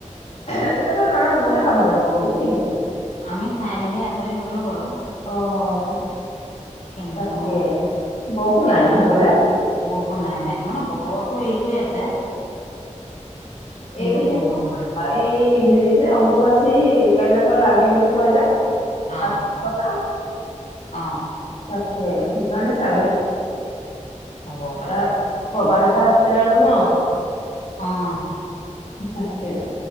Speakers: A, on the left; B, on the left.
A: এনেটো নাই ম'হে কামোৰে বৰ উঠি আহিলোঁ।
B: আমি খাই মেলি আজৰি হ'লে বাৰু।
A: অ'।
B: কিন্তু
A: তাকে বৰষুণ নাই
B: একো,
A: ন সেইফালে?
B: বৰষুণ নাই নাই মানে বতৰ টো এইটোৱে আছে। কিন্তু
A: এইকেইদিন
B: বৰষুণ নাই
A: এই হেৰি যে অম্বুবাচী কাইলৈ পা লাগে বুলি কয় যে।
B: অ
A: <unintelligible>
B: অ
A: তাকে হেকাৰণে চাগে
B: হ'ব
A: <unintelligible>
B: পাৰে
A: এটা আছে আৰু ন?
B: অ'।
A: তাকে,